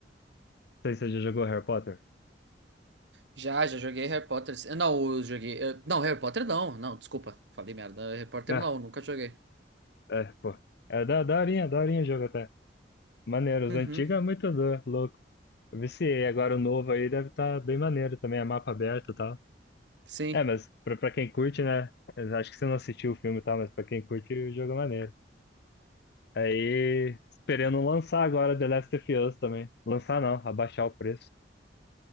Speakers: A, on the left; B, on the right.
A: Não sei se você já jogou Harry Potter.
B: Já, já joguei Harry Potter. Eu Não, eu joguei. eu- Não, Harry Potter não. Não, desculpa. Falei merda. Harry Potter
A: Ah,
B: não, nunca joguei.
A: é, pô. É da daorinha, daorinha o jogo até. Maneiro, os
B: Uhum.
A: antigos é muito do- louco. Eu Viciei, agora o novo aí deve estar bem maneiro também, é mapa aberto e tal.
B: Sim,
A: É, mas pra, pra quem curte, né? eu Acho que você não assistiu o filme e tal, mas pra quem curte, o jogo é maneiro. Aí, esperando lançar agora The Last of Us também. Lançar não, abaixar o preço,